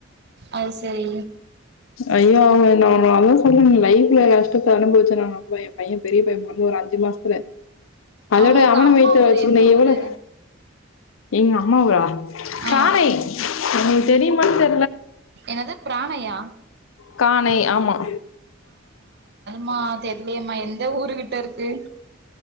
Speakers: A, on the right; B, on the left.
A: அது சரி
B: ஐயோ அவங்க நான்னு அதும் சொல்றேன் லைஃப்ல கஷ்டபடும்போது நானு அவ்வ என் பையன் பெரிய பையன்ம அது ஒரு அஞ்சு மாசத்துல அதோட
A: ஆ, உங்க
B: அவன
A: அம்மா
B: வெயட்டு
A: ஊரு
B: வச்சுந்தேன்
A: எந்த
B: இவ
A: ஊரு
B: எங்க அம்மா ரானை
A: ஆ
B: உங்களுக்கு தெரியும்மா தெ
A: என்னது பிராணையா
B: கானை ஆமா
A: மா தெரியலம்மா எந்த ஊரு கிட்ட இருக்கு